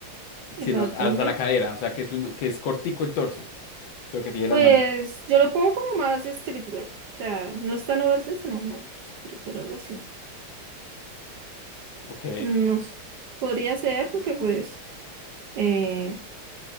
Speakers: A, on the left; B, on the right.
A: sino
B: el abdomen.
A: hasta la cadera, o sea, que es uno, que es cortico el torso, pero que tiene
B: Pues
A: las mangas.
B: yo lo pongo como más streetwear. O sea, no es tan oversize, sino como streetwear, algo así.
A: Ok.
B: No sé, podría ser porque pues, eh,